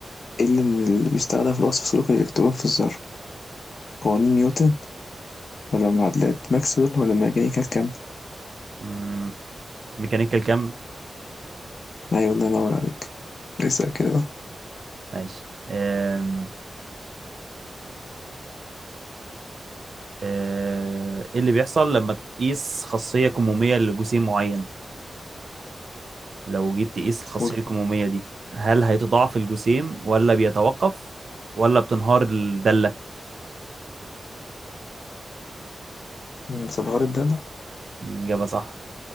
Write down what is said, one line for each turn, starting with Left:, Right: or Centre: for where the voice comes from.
Left: إيه اللي من- اللي بيستخدم في وصف سلوك الإلكترون في الذرة قوانين نيوتن ولا معادلات ماكسويل ولا الميكانيكا الكم
Right: مم. ميكانيكال كم
Left: أيوة الله ينور عليك اسأل كده بقى
Right: ماشي أم. أه، ايه اللي بيحصل لما تقيس خاصية كمومية لجسيم معين لو جيت تقيس الخاصية
Left: قول
Right: الكمومية دي هل هيتضاعف الجسيم ولا بيتوقف ولا بتنهار الدالة
Left: مم، بتنهار الدالة
Right: مم، إجابة صح